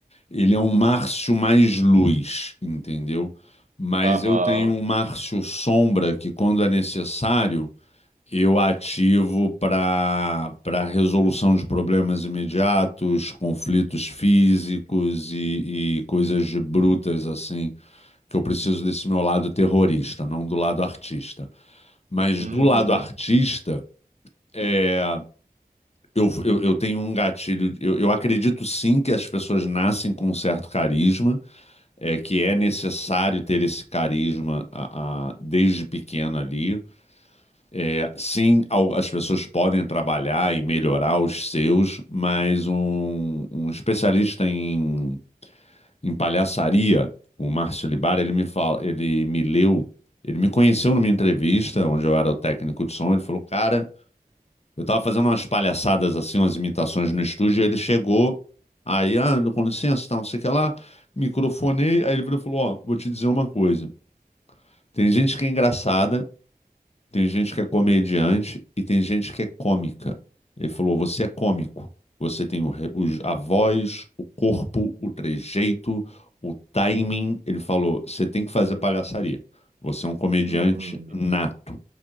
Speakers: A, on the left; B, on the right.
A: ele é um Márcio mais luz, entendeu? Mas
B: Aham.
A: eu tenho um Márcio sombra que, quando é necessário, eu ativo para para resolução de problemas imediatos, conflitos físicos e, e coisas de brutas assim, que eu preciso desse meu lado terrorista, não do lado artista. Mas
B: Uhum.
A: do lado artista, é, eu, eu, eu tenho um gatilho. Eu, eu acredito sim que as pessoas nascem com um certo carisma, é, que é necessário ter esse carisma a- a- desde pequeno ali. É, sim, al- as pessoas podem trabalhar e melhorar os seus, mas um, um especialista em, em palhaçaria, o Márcio Libara, ele me fala, ele me leu, ele me conheceu numa entrevista onde eu era o técnico de som, ele falou, cara, eu tava fazendo umas palhaçadas assim, umas imitações no estúdio, e ele chegou, aí, ah, com licença, tal, não sei o que lá, microfonei, aí ele virou e falou, ó, vou te dizer uma coisa, tem gente que é engraçada, tem gente que é comediante e tem gente que é cômica. Ele falou: você é cômico. Você tem o re- os- a voz, o corpo, o trejeito, o timing. Ele falou: você tem que fazer palhaçaria. Você é um comediante
B: Uhum.
A: nato.